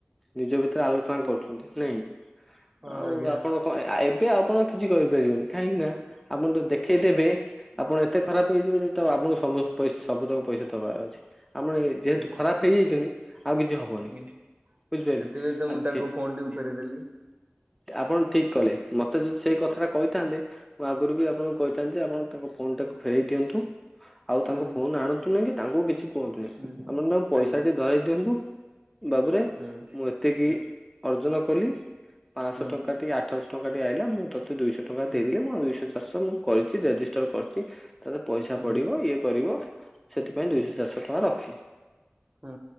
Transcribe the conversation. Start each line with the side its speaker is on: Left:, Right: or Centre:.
Centre: ନିଜ ଭିତରେ ଆଲୋଚନା କରୁଛନ୍ତି ନାଇଁ
Right: ହଁ
Centre: ଆଉ
Right: ଆଜ୍ଞା।
Centre: ଆପଣ ହଁ ଏବେ ଆପଣ କିଛି କରିପାରିବେନି କାହିଁକି ନା ଆପଣ ଯ ଦେଖେଇ ଦେବେ ଆପଣ ଏତେ ଖରାପ ହେଇଯିବେ ଯେ ଆପଣଙ୍କୁ ସବୁ ତାକୁ ପଇସା ଦବାର ଅଛି। ଆପଣ ଯେହେତୁ
Right: ଆଜ୍ଞା
Centre: ଖରାପ ହେଇଯାଇଛନ୍ତି ଆଉ କିଛି ହବନି।
Right: ହୁଁ
Centre: ବୁଝିପାରିଲେ।
Right: ସେଥିପାଇଁ ତ
Centre: ଆ
Right: ମୁଁ ତାଙ୍କ
Centre: ଯେ
Right: ଫୋନ ଟିକୁ ଫେରେ ଦେଲି
Centre: ଆପଣ ଠିକ କଲେ ମତେ ଯଦି ସେଇ କଥା ଟା କହିଥାନ୍ତେ ମୁଁ ଆଗରୁ ବି ଆପଣଙ୍କୁ କହି ଥାନ୍ତି ଯେ ଆପଣ ତାଙ୍କ ଫୋନ ଟାକୁ ଫେରେଇ ଦିଅନ୍ତୁ ଆଉ
Right: ହୁଁ
Centre: ତାଙ୍କ ଫୋନ ଆଣନ୍ତୁ ନାଇଁ କି ତାଙ୍କୁ କିଛି କୁହନ୍ତୁ ନାହି
Right: ହୁଁ।
Centre: ଆପଣ ତାଙ୍କୁ ପଇସା
Right: ଆଜ୍ଞା
Centre: ଟି ଧରାଇ ଦିଅନ୍ତୁ ବାବୁରେ
Right: ହୁଁ
Centre: ମୁଁ ଏତିକି
Right: ହୁଁ
Centre: ଅର୍ଜନ କଲି ପାଞ୍ଚଶହ
Right: ହୁଁ
Centre: ଟଙ୍କାଟି ଆଠଶହ ଟଙ୍କାଟି ଆଇଲା ମୁଁ ତତେ ଦୁଇଶହ ଟଙ୍କା
Right: ହୁଁ
Centre: ଦେଇଦେଲିି ମୁ ଦୁଇଶହ ଚାର ଶ ମୁଁ କରିଛି ରେଜିଷ୍ଟର କରିଛି ତାର ପଇସା
Right: ହୁଁ
Centre: ପଡିବ ଇଏ କରିବ ସେଥିପାଇଁ ଦୁଇଶହ ଚାରିଶହ ଟଙ୍କା ରଖିଲି।
Right: ହଁ